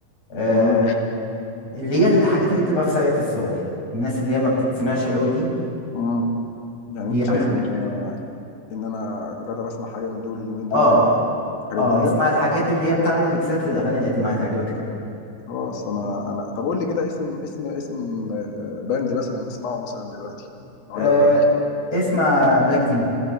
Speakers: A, on the left; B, on the left.
A: آه،
B: امم
A: اللي هي الحاجات اللي بتبقى في ساقية الصاوي الناس اللي هي ما بتتسمعش قوي دي
B: امم يعني
A: بيعملوا
B: انت شايف
A: حاجات
B: ان
A: حلوة
B: ان انا اجرب اسمع حاجه من دول اليومين دول
A: اه
B: يعني حاجه
A: اه
B: جديده
A: اسمع الحاجات اللي هي بتعمل ميكسات للاغاني القديمة هتعجبك قوي
B: خلاص انا انا طب قول لي كده اسم اسم اسم آه، باند مثلا اسمعه مثلا دلوقتي اقول
A: آه،
B: لك رايي
A: اسمع بلاك تيما